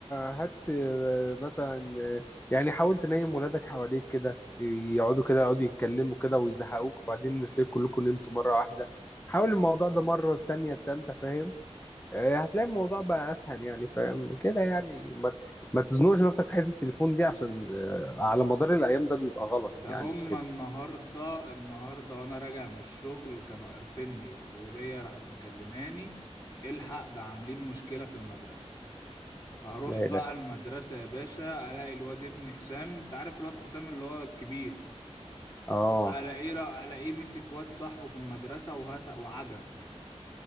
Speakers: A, on the left (about 15°); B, on the left (about 35°).
A: آه، هات آه، مثلا آه، يعني حاول تنيم ولادك حواليك كده يقعدوا كده يقعدوا يتكلموا كده ويزهقوك وبعدين تلاقي كلكم نمتوا مرة واحدة حاول الموضوع ده مرة التانية التالتة فاهم آه، هتلاقي الموضوع بقى أسهل يعني فاهم كده يعني ما ت- ما تزنقش نفسك في حتة التليفون دي عشان آه، على مدار الأيام ده بيبقى غلط
B: ده
A: يعني
B: هما
A: وكده
B: النهارده النهارده وانا راجع من الشغل كانوا قرفني الوليه راحت مكلماني إيه الحق ده عاملين مشكله في المدرسه اروح
A: لا
B: بقى
A: لا
B: المدرسة يا باشا الاقي الواد ابن حسام انت عارف الواد حسام اللي هو الكبير
A: اه
B: الاقيه را- الاقيه مسك واد صاحبه في المدرسة وهات وعجنه